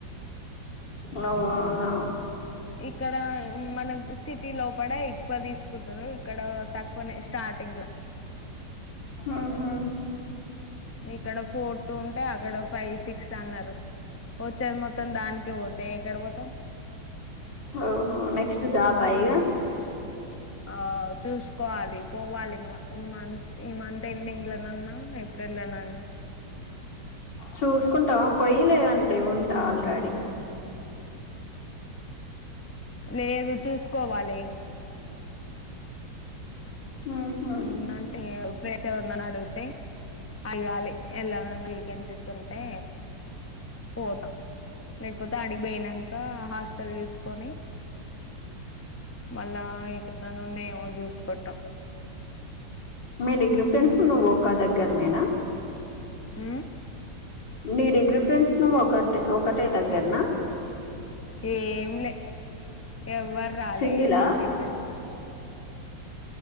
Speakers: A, on the left; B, on the left.
A: అవ్ అవునా
B: ఇక్కడ మనక్ సిటీ లోపట ఎక్కువ తీసుకుంటరు ఇక్కడ తక్కువనే స్టార్టింగ్ లా
A: ఆహా
B: ఇక్కడ ఫోర్ టూ ఉంటే అక్కడ ఫైవ్ సిక్స్ అన్నారు వచ్చేది మొత్తం దానికే వోతే ఎక్కడ వోతం
A: ఓహో నెక్స్ట్ జాబా ఇగ
B: ఆ చూసుకోవాలి పోవాలి ఇంగ ఈ మంత్ ఈ మంత్ ఎండింగ్ లోనన్నా ఏప్రిల్ నన్న
A: చూసుకుంటవ పొయ్యి లేదంటే ఉందా ఆల్ రడి
B: లేదు చూసుకోవాలె
A: ఉహు
B: ఉన్నంటే ఫ్రెష్ర్ర్ ఎవరినని అడిగితే అడగాలి ఎల్లనన్న వీకెన్సీస్ ఉంటే పోత లేకపోతే ఆడికిబోయిన క హాస్టల్ సూసుకొని మళ్ళా ఇక్కడ నున్నా ఏమో జూసుకోంటా
A: మీ డిగ్రీ ఫ్రెండ్స్ నువ్వు ఒక్క దగ్గర నేనా
B: ఉ
A: నీ డిగ్రీ ఫ్రెండ్స్ నువ్వు ఒకటే ఒక్కటే దగ్గర్ నా
B: ఏం లే ఎవ్వర్ రాలే
A: సింగిలా
B: డిగ్రీ ఫ్రెండ్స్